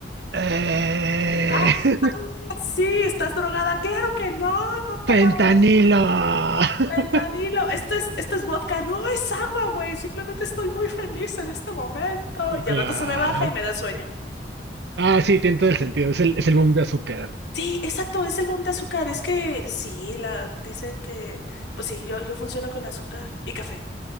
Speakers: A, on the right; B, on the left.
A: Eh,
B: Ah,
A: <laughs>
B: ah, sí, estás drogada. Claro que no, no he tomado
A: Fentanilo. <laughs>
B: fentanilo. Esto es, esto es vodka, no es agua, güey. Simplemente estoy muy feliz en este momento. Y
A: Wow.
B: al rato se me baja y me da sueño.
A: Ah, sí, tiene todo el sentido. Es el, es el boom de azúcar.
B: Sí, exacto, es el boom de azúcar. Es que sí, la dicen que, pues sí, yo, yo funciono con azúcar y café.